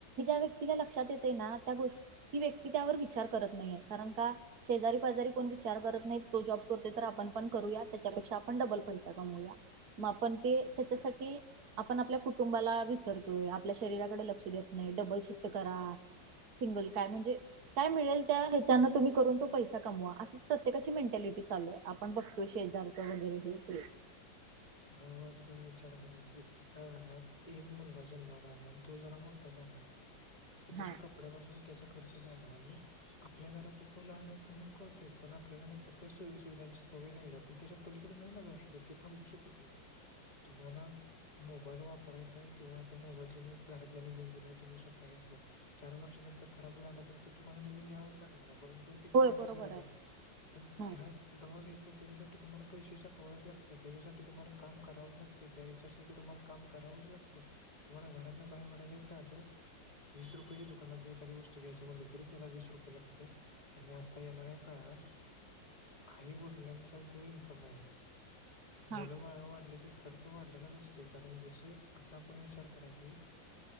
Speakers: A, on the right; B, on the left.
A: व्यक् तिला लक्षात येते ना, त्या गोष्ट ही व्यक्ती त्यावर विचार करत नाहीये, कारण का शेजारी पाजारी कोण विचार करत नाही, तो जॉब करते तर आपण पण करूया त्याच्यापेक्षा आपण डबल पैसा कमूया? मग आपण ते त्याच्यासाठी, आपण आपल्या कुटुंबाला विसरतोय, आपल्या शरीराकडे लक्ष देत नाही, डबल शिफ्ट करा सिंगल काय म्हणजे? काय मिळेल, त्या ह्याच्याना तुम्ही करून तो पैसा कमवा असंच प्रत्येकाची मेटॅलिटी चालू आहे? पण बघतो शेजारचं वगैरे हे ते,
B: हो आता तुम्ही विचार करा की,. एका घरात एक मुलगा जन्माला आला आणि तो जरा मोठा झाला कि, त्याच्या
A: हा
B: कपड्यापासून त्याचा खर्च झाला, आणि आपल्या घरातील तो लहान आहेत म्हणून करतो?, पण आपल्याला नंतर त्या सोयी सुुविधांची सवय लागली पण त्याच्या, पलीकडे नाही ना जाऊ शकत, ते थांबू शकत नाही तुम्हाला, मोबाईल वापरायचाय किंवा आता मोबाईल तुम्ही घरातल्या घेऊन दिलाय तुम्ही स्वतः घेतलाय? चार वर्षांानंतर खराब झाला तरंत तुम्हाला नवीन घ्यावा. लागणार आहे कारण
A: होय
B: काळाची
A: बरोबर
B: गरज आहे पण
A: हा
B: त्या, जव घ्याय त्याच्यासाठी तुम्हाला पैसे सा टोवायच लागत त्याच्यासाठी, तुम्हाला काम करावंच लागते, त्या विचारसाठी तुम्हाला काम करावंच लागते? तुम्हाला घरात ना बाहेर पडायलाचधं <unintelligible> वीस रुपयेची दुकानात एादी वत घ्यायची म्हटले त त्याला वीस रुपये लागतेात? आणि आता येणाऱ्या काळात आई वडलां चा जो इन्कम आहे. मुलं
A: हा
B: बाळ वाढ की खर्च, वाढलेलाच असतो. कारण जस आपण विचार की,